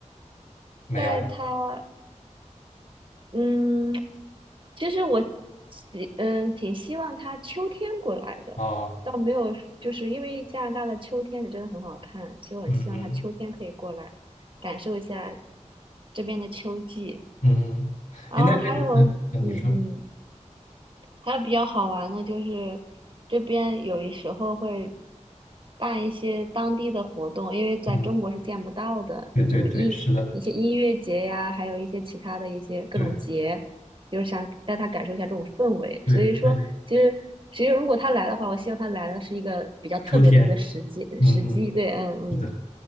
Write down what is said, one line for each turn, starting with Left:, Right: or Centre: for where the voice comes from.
Left: 没有
Right: 带他嗯，其实我希嗯挺希望他秋天过来的，
Left: 啊，
Right: 倒没有，就是因为加拿大的秋天是真的很好看，其实我很希望他秋天可以过来，
Left: 嗯嗯
Right: 感受一下这边的秋季。
Left: 嗯嗯，
Right: 然后还有，
Left: 哎，那那你嗯，那你说，
Right: 嗯嗯，还有比较好玩的就是，这边有一时候会办一些当地的活动，因为在中国是见不到的，
Left: 嗯，对对对，
Right: 就什么音一些音乐节呀，
Left: 是的，
Right: 还有一些其他的一些各种节，
Left: 对
Right: 就是想带他感受一下这种氛围。
Left: 对对，
Right: 所以说，其实其实如果他来的话，我希望他来的是一个比较特别的一个时机时机。
Left: 秋天，嗯嗯，
Right: 对，嗯嗯
Left: 是的，